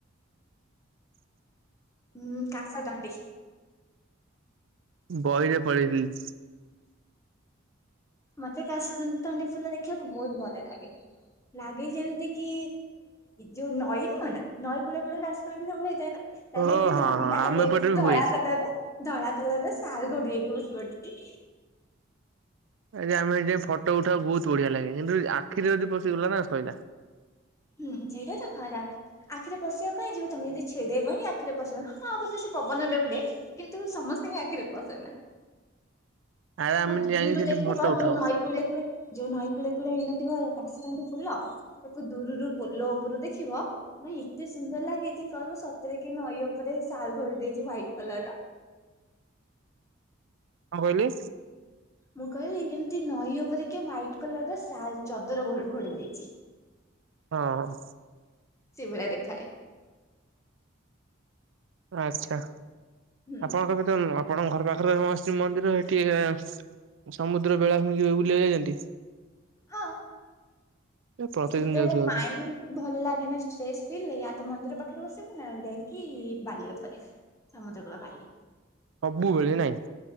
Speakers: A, on the left; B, on the right.
A: ହୁଁ କାସତଣ୍ଡି।
B: ବହିରେ ପଡିଥିଲି।
A: ମତେ କାଶ ତଣ୍ଡି ଫୁଲ ଦେଖିବାକୁ ବହୁତ୍ ଭଲ ଲାଗେ। ଲାଗେ ଯେମିତି କି ଯୋଉ ନଈ ନୁହଁ ନା ନଈ କୂଳ କୂଳ କାଶତଣ୍ଡି ସବୁ ହେଇଥାଏ ନା। ତା
B: ଓ
A: କେମିତି
B: ହଁ
A: ନଈ
B: ହଁ
A: ନା
B: ଆମ ଏପଟେ ବି
A: ଧଳା
B: ହୁଏ।
A: କଲର ଧଳା କଲର ସାଲ୍ ଘୋଡେଇ ହେଇକି ବସି ପଡ଼ିଚି।
B: ଏଇ ଜାଇ ଆମେ ଏଇ ଯୋଉ ଫଟୋ ଉଠା ବହୁତ୍ ବଢିଆ ଲାଗେ କିନ୍ତୁ ଆଖିରେ ଯଦି ପଶିଗଲା ନା ଶଇଲା।
A: ହୁଁ ସେଇଟା ତ ଖରାପ୍। ଆଖିରେ ପଶିବାକୁ କାଇଁ ଯିବ ତମେ ଛିଣ୍ଡେଇବ ହିଁ ଆଖିରେ ପଶିବ ନା ହଁ ଅବଶ୍ୟ ସେ ପବନରେ ଉଡେ। କିନ୍ତୁ ସମସ୍ତିଙ୍କି ଆଖିରେ ପସେନା।
B: ଆରେ ଆମେ
A: ଆଉ ଧୁରୁରୁ
B: ଯାଇକି ସେଠି
A: ଦେଖିବ
B: ଫଟୋ ଉଠାଉ।
A: ଯୋଉ ନଈ। କୁଲେ କୁରେ ଯୋଉ ନଈ କୂଳେ କୂଳେ ହେଇ ନଥିବ କାଶତଣ୍ଡି ଫୁଲ ତାକୁ ଦୁରୁରୁ ପୋଲ ଓ ପୁରୁ ଦେଖିବ? ଭାଇ ଏତେ ସୁନ୍ଦର ଲାଗେ ଯେ ଯେ କହିବ ସତରେ କି ନଈ ଉପରେ ଶାଲ ଘୋଡେଇ ଦେଇଛି ଦ୍ୱାଇଟ୍ କଲର ର।
B: କଣ କହିଲି।
A: ମୁଁ କହିଲି ଏମିତି ନଈ ଉପରେ କିଏ ହ୍ୱାଇଟ କଲର ର ଶାଲ୍ ଚଦର ଘୋ ଘୋଡେଇ ଦେଇଚି।
B: ହଁ ହଁ।
A: ସେ ଭଳିଆ ଦେଖା ହୁଏ।
B: ଆଚ୍ଛା
A: ହୁଁ
B: ଆପଣଙ୍କ ତ ନୁହଁ ଆପଣଙ୍କ ଘର ପାଖରେ ଶ୍ରୀ ମନ୍ଦିର ଏଠି ଇଏ ସମୁଦ୍ର ବେଳାଭୂମି କି କେବେ ବୁଲିବାକୁ ଯାଇଚନ୍ତି।
A: ହଁ
B: ପ୍ରତିଦିନ
A: ସେ ଯେତେବେଳେ
B: ଯାଉଥିବେ ବୋଧେ
A: ମାଇଁ ଭଲ ଲାଗେ ନା ଷ୍ଟ୍ରେସ୍ ଫିଲ୍ ରେ ୟା ତ ମନ୍ଦିର ପାଖରେ ବସିବୁ ନା ଯାଇଙ୍କି ବାଲି ଉପରେ। ସମୁଦ୍ର କୁଳ ବାଲି।
B: ସବୁବେଳେ ନାଇଁ।